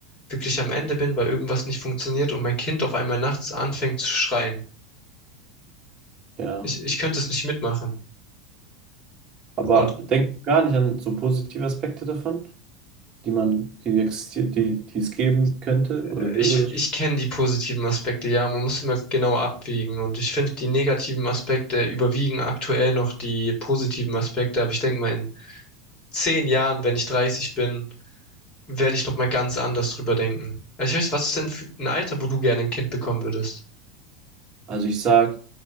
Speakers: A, on the left; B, on the right.
A: wirklich am Ende bin, weil irgendwas nicht funktioniert und mein Kind auf einmal nachts anfängt zu schreien.
B: wir. Ja.
A: Ich, ich könnte es nicht mitmachen.
B: Aber
A: Und
B: denkst du gar nicht an so positive Aspekte davon, die man, die existieren, die, die es geben könnte oder
A: äh,
B: würde?
A: ich, ich kenne die positiven Aspekte, ja, man muss immer genau abwägen. Und ich finde, die negativen Aspekte überwiegen aktuell noch die positiven Aspekte. Aber ich denke mal, in zehn Jahren, wenn ich 30 bin, werde ich nochmal ganz anders drüber denken. Also ich weiß, was ist denn für ein Alter, wo du gerne ein Kind bekommen würdest?
B: Also ich sag,